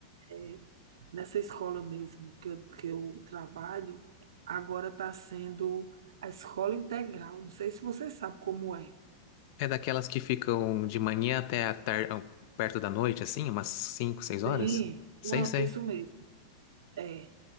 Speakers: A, on the right; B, on the left.
A: Eh, nessa escola mesmo que eu, que eu trabalho, agora está sendo a escola integral. Não sei se você sabe como é.
B: É daquelas que ficam de manhã até a tarde, perto da noite, assim, umas 5, 6 horas?
A: Sim,
B: Sei,
A: pronto,
B: sei.
A: isso mesmo. É.